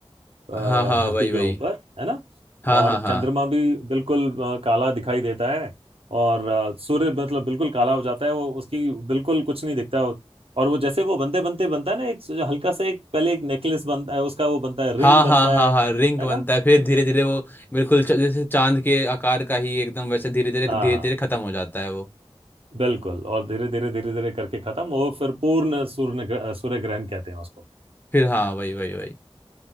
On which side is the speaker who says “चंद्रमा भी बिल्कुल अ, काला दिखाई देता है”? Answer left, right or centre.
Right